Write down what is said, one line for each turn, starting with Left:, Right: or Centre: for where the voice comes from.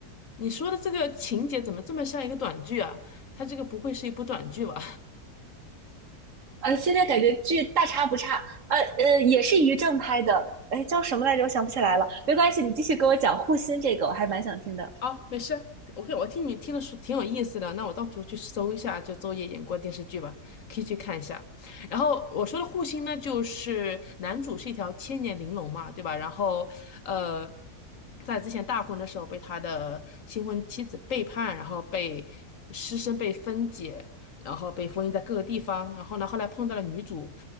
Left: 你说的这个情节怎么这么像一个短剧啊？它这个不会是一部短剧吧？
Right: 呃，现在感觉剧大差不差，呃呃，也是于正拍的，哎，叫什么来着？我想不起来了，没关系，你继续给我讲护心这个，我还蛮想听的。
Left: 哦，没事，OK，我听你听的说挺有意思的，那我到时候去搜一下就周也演过的电视剧吧，可以去看一下。然后我说的护心呢，就是男主是一条千年玲珑嘛，对吧？然后呃，在之前大婚的时候被他的新婚妻子背叛，然后被尸身被分解，然后被封印在各个地方。然后呢，后来碰到了女主，